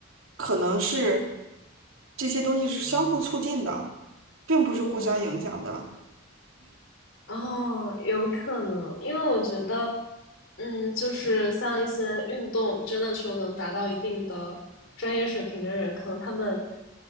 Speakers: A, on the right; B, on the left.
A: 可能是这些东西是相互促进的，并不是互相影响的。
B: 哦。哦，有可能，因为我觉得，嗯，就是像一些运动，真的说能达到一定的专业水平的人，可能他们